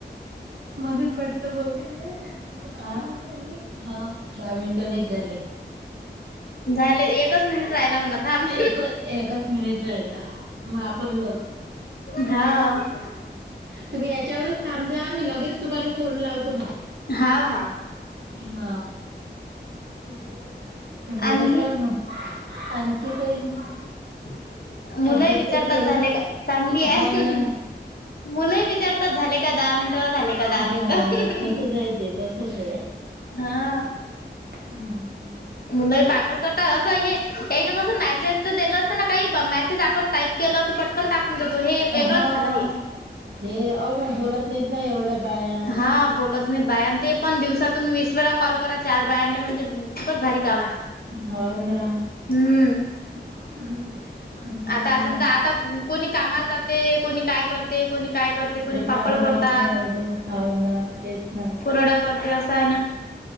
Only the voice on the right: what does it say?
म्हणून म्हटलं बघ. दहा मिनिटं झाली, हा? दहा मिनिटं नाहीच झाले.
एकच-एकच. एक मिनट राहिला, मग आपण लव
तुम्ही याच्यावरच थांब, जा मी लगेच तुम्हाला फोन लावतो मग.
हा, म्हणजे
कसं आहे मग? आणखी काही नाही.
तब्येत
कशी आहे
हाव ना
हा तसच आहे ते तसच
हम्म-हम्म.
हा
हे अवघड, मग बोलत नाहीत ना एवढ्या बाया?
हो ना
<inaudible> हम्म
काम्या
नाहीत ना एवढे. हाव ना, तेच ना.